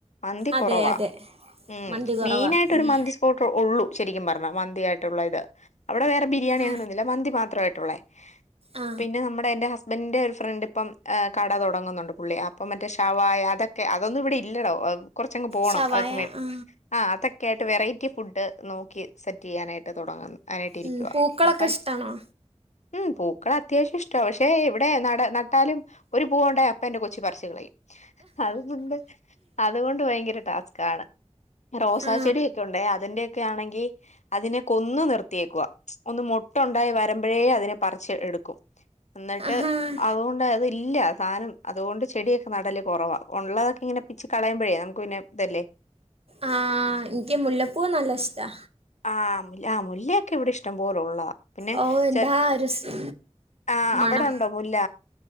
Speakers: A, on the left; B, on the right.
A: മന്തി
B: അതെ
A: കൊറവാ
B: അതെ
A: ഉം
B: മന്തി കുറവാ
A: മെയിനായിട്ട്
B: ഉം.
A: ഒരു മന്തി സ്പോട്ട് ഒള്ളു ശെരി ക്കിനും പർഞ്ഞാ മന്തി ആയിട്ടുള്ള ഇത്. അവിടെ വേറെ ബിരിയാണി
B: ആ
A: അങ്ങനൊന്നുല്ല മന്തി മാത്ര ആയിട്ടുള്ളേ
B: ആ
A: പിന്നെ നമ്മുടെ എൻ്റെ ഹസ് ബന്റെ ഒരു ഫ്രണ്ട് ഇപ്പം കട തൊടങ്ങുന്നുണ്ട് പുള്ളി അപ്പം മറ്റേ ഷവായ അതൊക്കെ അതൊന്നും ഇവിടെ ഇല്ലടോ കൊർച്ചങ്ങ് പോകണം
B: ഷവായ
A: അതേ മേടി
B: ആ
A: ആ അത ക്കേയിട്ട് വെറൈറ്റി ഫുഡ് നോക്കി സെറ്റ് ചെയ്യാനായിട്ട് തൊടങ്ങുന്ന് ഐനായ്ട്ട് ഇരിക്കുവ
B: ഉം, പൂക്കളൊക്കെ
A: ഇപ്പം
B: ഇഷ്ടമാണോ
A: ഉം പൂക്കളെ അത്യാവശ്യം ഇഷ്ട പക്ഷെ ഇവിടെ നട നട്ടാലും ഒരു പൂവുണ്ടായ അപ്പ എന്റെ കൊച്ചു പറച്ച്കളയും അതുകൊണ്ട് അതുകൊണ്ട് ഭയങ്കര ടാസ്കാണ് റോസാ
B: ആ
A: ചെടിയൊക്കെ ഉണ്ട് അതിന്റൊക്കെ ആണെങ്കി അതിനെ കൊന്ന് നിർത്തിയേക്കുവ ഒന്ന് മൊ ട്ടുണ്ടായി വരുമ്പോഴേ അതിനെ പറച്ച് എടുക്കും എന്നിട്ട്
B: ആഹാ
A: അതുകൊണ്ട് അത് ഇല്ല സാനം അതുകൊണ്ട് ചെടിയൊക്കെ നടല് കൊറവാ ഉള്ളതൊക്കെങ്ങനെ പിച്ച് കളയുമ്പഴേ നമുക്ക് പിന്നെ ഇതല്ലേ
B: ആ ഇൻക്ക് മുല്ലപ്പൂ നല്ല ഇഷ്ടാ
A: ആഹ് മു ആ മുല്ലയൊക്കെ ഇവിടെ ഇഷ്ടം പോലെ ഉള്ളതാ പിന്നെ
B: ഓ എന്താ
A: ചെ
B: ഒരു സ്
A: ആ
B: മണം
A: അവിടെണ്ടോ മുല്ല